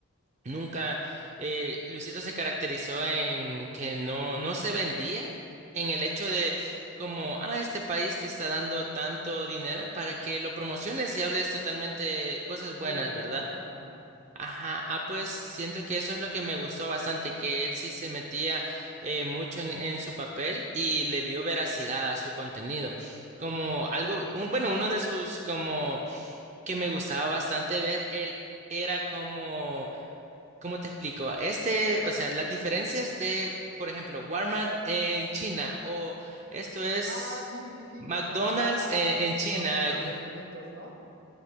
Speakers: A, on the right; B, on the right.
A: nunca eh, Luisito se caracterizó en que no, no se vendía en el hecho de como, ah, este país te está dando tanto dinero para que lo promociones y hables totalmente cosas
B: Bien,
A: buenas, ¿verdad?
B: ¿no? Ajá.
A: Ajá, ah, pues siento que eso es lo que me gustó bastante, que él sí se metía eh, mucho en, en su papel y le dio veracidad a su contenido. Como algo, un- bueno, uno de sus como que me gustaba bastante ver, él era como, ¿cómo te explico? Este, o sea, las diferencias de, por ejemplo, Walmart en China o esto es
B: Ah, sí, sí, sí,
A: McDonald's
B: que comparaba
A: en, en China.
B: dos establecimientos, ¿no?